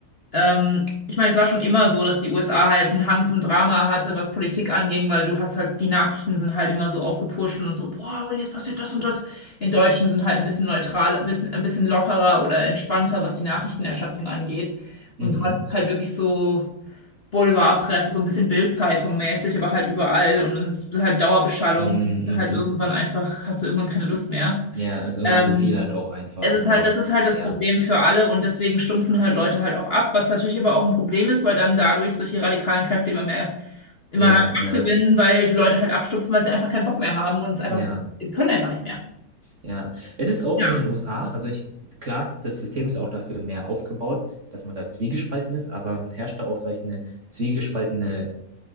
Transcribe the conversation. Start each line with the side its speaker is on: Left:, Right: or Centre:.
Left: ähm, ich meine, es war schon immer so, dass die USA halt einen Hang zum Drama hatte, was Politik anging, weil du hast halt, die Nachrichten sind halt immer so aufgepusht und so, boah, und jetzt passiert das und das. In Deutschen sind halt ein bisschen neutral, ein bisschen, ein bisschen lockerer oder entspannter, was die Nachrichtenerstattung angeht. Und
Right: mhm,
Left: dort ist es halt wirklich so Boulevardpresse, so ein bisschen Bild-Zeitung mäßig, aber halt überall und dann ist halt Dauerbeschallung.
Right: mm, mhm.
Left: Halt irgendwann einfach, hast du irgendwann keine Lust mehr.
Right: Ja, ist irgendwann
Left: Ähm,
Right: zu viel halt auch einfach
Left: es ist
Right: und
Left: halt, das ist halt das
Right: ja,
Left: Problem für alle und deswegen stumpfen halt Leute halt auch ab, was natürlich aber auch ein Problem ist, weil dann dadurch solche radikalen Kräfte immer mehr, immer
Right: ja,
Left: mehr Kraft
Right: ja,
Left: gewinnen, weil die Leute halt abstumpfen, weil sie einfach keinen Bock mehr haben und es einfach,
Right: ja,
Left: die können einfach nicht mehr.
Right: ja. Es ist auch
Left: Ja,
Right: in den USA, also ich, klar, das System ist auch dafür mehr aufgebaut, dass man da zwiegespalten ist, aber herrscht da auch, sag ich, eine zwiegespaltene,